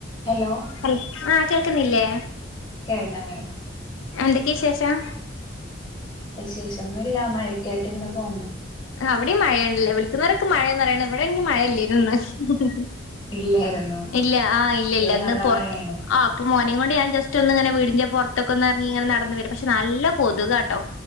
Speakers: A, on the left (about 25°); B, on the left (about 90°).
A: Hello
B: ഹൽ ആഹ് കേക്ക്ന്നില്ലെ?
A: കേൾക്കാം കേൾക്കാം
B: എന്തെക്കെ വിശേഷം?
A: വിശേഷം ഒന്നും ഇല്ല മഴ ഒക്കെ ആയിട്ട് ഇങ്ങനെ പോവുന്നു
B: ആഹ് അവ്ടിം മഴയാണ്ല്ലെ വിൾക്കുന്നോരൊക്കെ മഴയാന്ന് പറിയിണ് ഇവടെ ആണെങ്കി മഴ അല്ലെനു ഇള്ളെയ്
A: ഇല്ലായിരുന്നു
B: ഇല്ല ആഹ് ഇല്ല ഇല്ല
A: ഇവിടെ
B: ഇന്ന്
A: നല്ല
B: പൊർത്ത്
A: മഴയാണ്
B: ആഹ് ഇപ്പം മോനെ കൊണ്ട് ഞാം ജസ്റ്റ് ഒന്ന് ഇങ്ങനെ വീടിന്റെ പൊർത്തൊക്കെ ഒന്ന് എറങ്ങി ഇങ്ങനെ നടന്ന് വെരാ പക്ഷെ നല്ല കൊത്കാട്ടോ